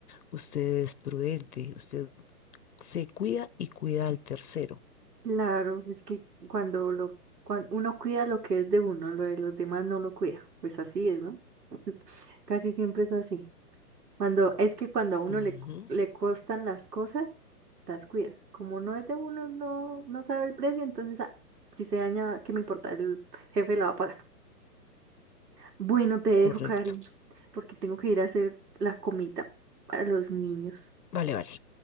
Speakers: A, on the left; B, on the right.
A: usted es prudente, usted se cuida y cuida al tercero.
B: Claro, es que cuando lo, cuando uno cuida lo que es de uno, lo de los demás no lo cuida. Pues así es, ¿no? <laughs> Casi siempre es así. Cuando, es que cuando a uno
A: Ujú,
B: le, cu- le costan las cosas, las cuida. Como no es de uno, no, no sabe el precio, entonces ah, si se daña, ¿qué me importa? El jefe la va a pagar. Bueno, te dejo,
A: correcto.
B: cariño, porque tengo que ir a hacer la comida para los niños.
A: Vale, vale.